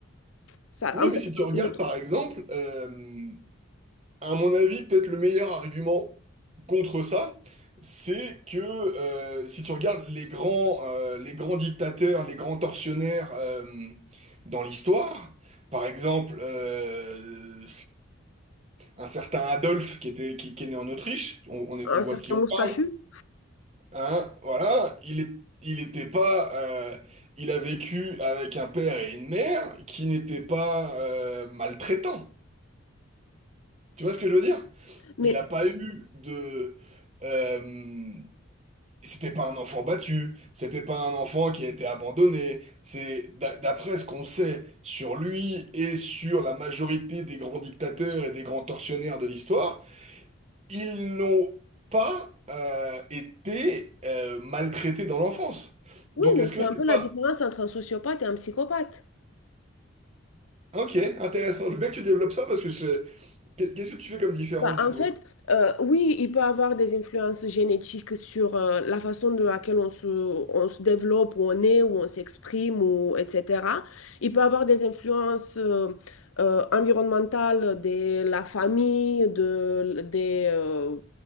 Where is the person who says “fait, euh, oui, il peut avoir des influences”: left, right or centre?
Left